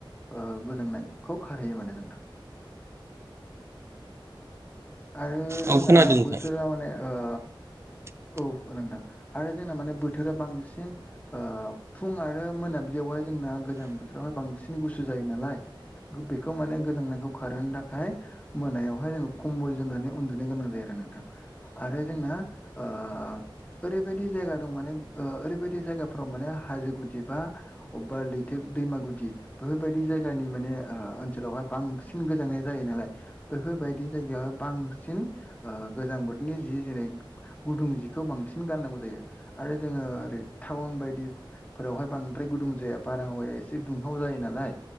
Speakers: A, on the left; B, on the right.
A: ओ गोजांनायखौ खारहैयो माने नोंथां
B: <inaudible>
A: आरो
B: औ
A: जोंना
B: खोनादों नोंथां
A: बोथोरा माने ओ
B: <inaudible>
A: औ <unintelligible> आरो जोंना माने बोथोरा बांसिन ओ फुं आरो मोनाबिलियावहाय जोंना गोजां बोथोरावहाय बांसिन गुसु जायो नालाय बेखौ माने गोजांनायखौ खारहोनो थाखाय मोनायावहाय खमबल जोमनानै उनदुनो गोनां जायो आरो नोंथां आरो जोंना ओ ओरैबायदि जे जायगा दं माने ओ ओरैबायदि जायगाफ्राव माने हाजो गुदि बा अबेबा लैथो बा दैमा गुदि बोबायदि जायगानि माने ओ ओनसोलावहाय बांसिन गोजांनाय जायो नालाय बेफोरबायदि जायगायावहाय बांसिन ओ गोजां बोथोरनि जि जेरै गुदुं जिखौ बांसिन गाननांगौ जायो आरो जोङो ओरै टाउन बायदिफोरावहाय बांद्राय गुदुं जाया बारहावाया एसे दुंहाव जायो नालाय